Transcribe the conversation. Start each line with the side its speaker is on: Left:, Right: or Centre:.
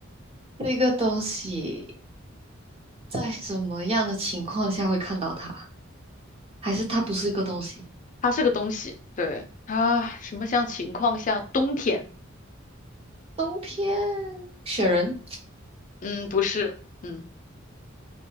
Right: 这个东西在什么样的情况下会看到它？还是它不是一个东西？
Left: 它是个东西，对，它什么像情况下，冬天，
Right: 冬天，雪人，
Left: 嗯，不是，嗯，